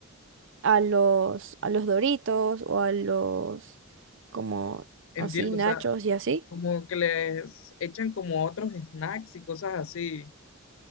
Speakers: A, on the right; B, on the left.
A: a los, a los Doritos o a los como
B: Entiendo,
A: así nachos
B: o sea,
A: y así.
B: como que les echan como otros snacks y cosas así.